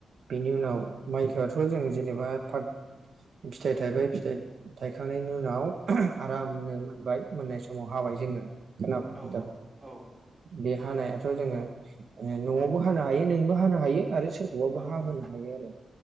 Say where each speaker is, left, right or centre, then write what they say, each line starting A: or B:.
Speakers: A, on the right; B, on the right.
A: बेनि उनाव माइखौआथ' जों जेनेबा फाथ फिथाइ थायबाय फिथाइ थायखांनायनि उनाव आरामनो
B: औ
A: मोनबाय मोननाय समाव हाबाय जोङो खोनाबाय
B: औ
A: नोंथां?
B: औ
A: बे हानायाथ' जोङो न'आवबो हानो हायो नोंबो हानो हायो आरो सोरखौबाबो
B: औ
A: हा होनो हायो आरो